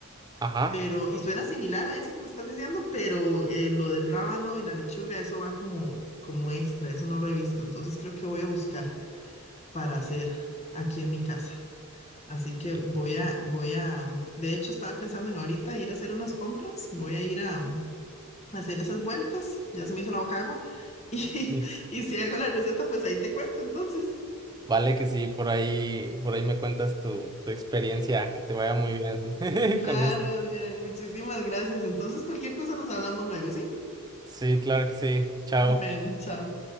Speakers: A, on the right (about 20°); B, on the left (about 30°).
A: Ajá.
B: pero y suena similar a ese que me estás diciendo, pero eh, lo del rábano y la lechuga, eso va como como extra, eso no lo he visto, entonces creo que voy a buscar. para hacer aquí en mi casa. Así que
A: Sí,
B: voy
A: que sí.
B: a, voy a, de hecho estaba pensando en ahorita ir a hacer unas compras, voy a ir a, a hacer esas vueltas, ya se me hizo la boca agua, <laughs> y,
A: Sí.
B: y si hago la receta, pues ahí te cuento entonces.
A: Vale que sí, por ahí, por ahí me cuentas tu, tu experiencia, que te vaya muy bien <laughs>
B: Claro,
A: con esto.
B: Adrián, muchísimas gracias. Entonces, cualquier cosa nos hablamos luego, ¿sí?
A: Sí, claro que sí. Chao.
B: Bueno, chao.